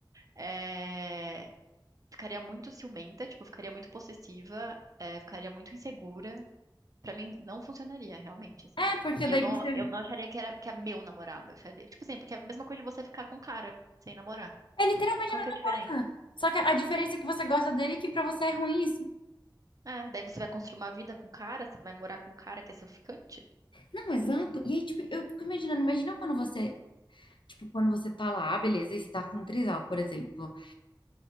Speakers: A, on the right; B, on the left.
A: é, ficaria muito ciumenta, tipo, ficaria muito possessiva, é, ficaria muito insegura. Pra mim, não funcionaria, realmente, assim.
B: É, porque
A: E
B: daí
A: eu não,
B: você.
A: eu não acharia que era, que é meu namorado. Eu acharia- tipo assim, porque é a mesma coisa de você ficar com um cara sem namorar.
B: É literalmente
A: Qual
B: a mesma
A: que é a diferença?
B: coisa. Só que a diferença é que você gosta dele e que pra você é ruim isso.
A: É, daí você vai construir uma vida com um cara, você vai morar com um cara que é seu ficante?
B: Não, exato. E aí, tipo, eu fico imaginando, imagina quando você, tipo, quando você tá lá, "Ah, beleza, e você tá com um trisal, por exemplo.